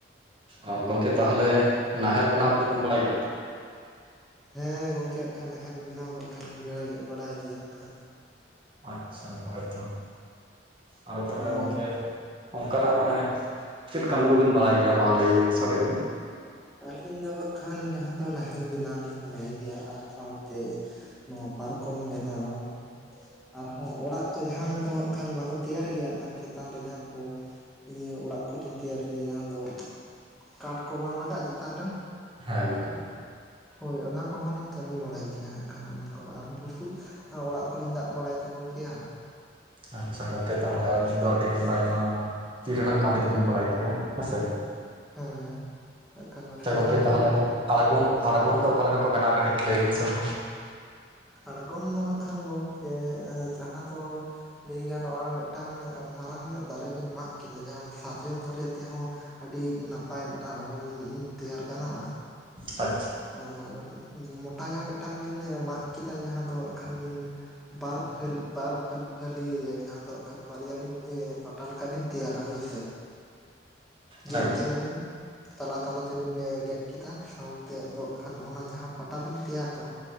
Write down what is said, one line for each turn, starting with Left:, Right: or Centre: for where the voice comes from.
Right: ᱚ ᱜᱚᱢᱠᱮ ᱛᱟᱦᱚᱞᱮ ᱱᱟᱦᱮᱞ ᱵᱮᱱᱟᱣ ᱠᱚᱫᱚ ᱵᱤᱱ ᱵᱟᱲᱟᱭ ᱜᱮᱭᱟ ᱛᱚ?
Centre: ᱦᱮᱸ ᱜᱚᱝᱠᱮ ᱱᱟᱜ ᱠᱷᱟᱱ ᱱᱟᱦᱮᱞ ᱵᱮᱱᱟᱣ ᱫᱚ ᱱᱟᱜ ᱠᱷᱟᱱ ᱞᱤᱧ ᱵᱟᱲᱟᱭ ᱵᱟᱲᱟᱭ ᱜᱮᱭᱟ ᱱᱟᱜ ᱠᱷᱟᱱ,
Right: ᱟᱪᱪᱷᱟ ᱦᱳᱭᱛᱚ, ᱟᱫᱚ ᱛᱟᱦᱚᱞᱮ
Centre: ᱟᱨ
Right: ᱜᱚᱝᱠᱮ ᱚᱱᱠᱟ ᱱᱟᱜ ᱢᱟᱱᱮ ᱪᱮᱫ ᱠᱟᱹᱢᱤ ᱠᱚᱵᱤᱱ ᱵᱟᱲᱟᱭ ᱜᱮᱭᱟ ᱢᱟ ᱞᱟᱹᱭ ᱥᱟᱰᱮ ᱵᱤᱱ?
Centre: ᱟᱹᱞᱤᱧ ᱫᱚ ᱦᱟᱜ ᱠᱷᱟᱱ ᱡᱟᱸᱦᱟ ᱫᱚ ᱱᱟᱦᱮᱞ ᱵᱮᱱᱟᱣ ᱞᱤᱧ ᱵᱮᱱᱟ ᱜᱮᱭᱟ, ᱟᱨ ᱥᱟᱶᱛᱮ ᱱᱚᱣᱟ ᱯᱟᱨᱠᱚᱢ ᱵᱮᱱᱟᱣ, ᱟᱨᱦᱚᱸ ᱚᱲᱟᱜ ᱠᱚ ᱡᱟᱸᱦᱟ ᱫᱚ ᱦᱟᱜ ᱠᱷᱟᱱ ᱵᱟᱠᱚ ᱛᱮᱭᱟᱨ ᱜᱮᱭᱟ ᱦᱟᱜ ᱠᱷᱟᱱ ᱪᱮᱛᱟᱱ ᱨᱮ ᱡᱟᱸᱦᱟ ᱠᱚ ᱤᱭᱟᱹ ᱚᱲᱟᱜ ᱠᱚᱞᱤᱧ ᱛᱮᱭᱟᱨ ᱜᱮᱭᱟ ᱡᱟᱸᱦᱟ ᱫᱚ ᱠᱟᱴᱷ ᱠᱚ ᱵᱟᱝ ᱞᱟᱜᱟᱜ-ᱟ ᱪᱮᱛᱟᱱ ᱨᱮ
Right: ᱦᱮᱸ ᱜᱚᱝᱠᱮ᱾
Centre: ᱦᱳᱭ ᱚᱱᱟ ᱠᱚᱦᱚᱸᱞᱤᱧ ᱠᱟᱹᱢᱤ ᱵᱟᱲᱟᱭ ᱜᱮᱭᱟ ᱦᱟᱜ ᱠᱷᱟᱱ ᱚᱱᱟᱠᱚ, ᱟᱨ ᱵᱩᱥᱩᱵ ᱚᱲᱟᱜ ᱠᱚᱞᱤᱧ ᱫᱟᱜ ᱵᱟᱲᱟᱭ ᱛᱟᱠᱚ ᱜᱮᱭᱟ᱾
Right: ᱟᱪᱪᱷᱟ ᱜᱚᱝᱠᱮ ᱛᱟᱦᱚᱞᱮ ᱟᱵᱤᱱ ᱫᱚ ᱟᱹᱰᱤ ᱟᱭᱢᱟ ᱛᱤᱨᱮ ᱨᱮᱱᱟᱜ ᱠᱟᱹᱢᱤ ᱫᱚᱵᱤᱱ ᱵᱟᱲᱟᱭ ᱜᱮᱭᱟ ᱦᱮᱸᱥᱮ,
Centre: ᱦᱮᱸ ᱦᱟᱸᱜ ᱠᱷᱟᱱ
Right: ᱟᱪᱪᱷᱟ
Centre: ᱥᱮᱬᱟ
Right: ᱜᱚᱝᱠᱮ
Centre: ᱦᱩᱭ
Right: ᱛᱟᱦᱚᱞᱮ
Centre: ᱠᱟᱱᱟ
Right: ᱟᱬᱜᱚᱢ ᱟᱬᱜᱚᱢ ᱫᱚ ᱚᱠᱟ ᱞᱮᱠᱟ ᱠᱚ ᱵᱮᱱᱟᱣᱟ ᱠᱟᱹᱴᱤᱡ ᱞᱟᱹᱭ ᱵᱤᱱ ᱥᱮ ᱢᱟ?
Centre: ᱟᱲᱜᱚᱢ ᱫᱚ ᱦᱟᱜ ᱠᱷᱟᱱ ᱜᱚᱢᱠᱮ ᱡᱟᱸᱦᱟ ᱫᱚ ᱞᱟᱹᱭ ᱜᱟᱱᱚᱜ-ᱟ, ᱢᱤᱫᱴᱟᱝ ᱢᱟᱨᱟᱝ ᱧᱚᱜ ᱫᱟᱨᱮ ᱵᱤᱱ ᱢᱟᱜ ᱠᱮᱫᱟ ᱡᱟᱸᱦᱟ ᱫᱚ ᱥᱟᱨᱡᱚᱢ ᱫᱟᱨᱮ ᱛᱮᱦᱚᱸ ᱟᱹᱰᱤ ᱱᱟᱯᱟᱭ ᱢᱤᱫᱴᱟᱝ ᱟᱲᱜᱚᱢ ᱛᱮᱭᱟᱨ ᱜᱟᱱᱚᱜ-ᱟ᱾
Right: ᱟᱪᱪᱷᱟ ᱾
Centre: ᱟᱨ ᱢᱚᱴᱟ ᱧᱚᱜ ᱢᱤᱫᱴᱟᱝ ᱵᱤᱱ ᱢᱟᱜ ᱠᱮᱫᱟ ᱡᱟᱸᱦᱟ ᱫᱚ ᱦᱟᱜ ᱠᱷᱟᱱ ᱵᱤᱱ ᱵᱟᱨ ᱯᱷᱟᱹᱞ ᱵᱟᱨ ᱯᱷᱟᱹᱞ ᱯᱷᱟᱹᱞᱤᱭᱟ ᱡᱟᱸᱦᱟ ᱫᱚ ᱦᱟᱜ ᱠᱷᱟᱱ ᱵᱟᱨᱭᱟ ᱵᱤᱱ ᱯᱟᱴᱟ ᱞᱮᱠᱟ ᱵᱤᱱ ᱛᱮᱭᱟᱨᱟ ᱦᱳᱭᱥᱮ, ᱜᱮᱫ
Right: ᱦᱮᱸ
Centre: ᱠᱮᱫᱟ ᱵᱤᱱ ᱛᱟᱞᱟ ᱛᱟᱞᱟ ᱛᱮᱵᱤᱱ ᱜᱮᱫ ᱠᱮᱫᱟ ᱥᱟᱶ ᱛᱮᱭᱟ ᱫᱚ ᱟᱠᱷᱟᱱ ᱚᱱᱟ ᱡᱟᱸᱦᱟ ᱯᱟᱴᱟ ᱵᱤᱱ ᱛᱮᱭᱟᱨ ᱫᱚ,